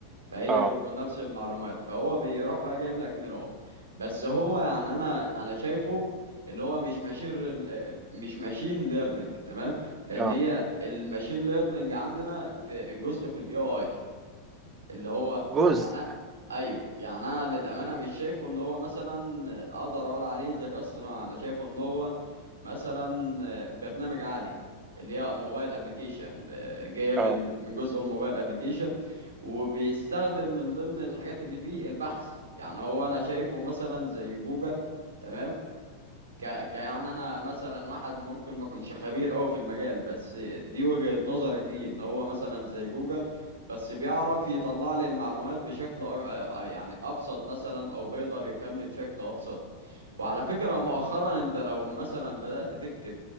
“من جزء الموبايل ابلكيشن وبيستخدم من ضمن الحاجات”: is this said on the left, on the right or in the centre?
Right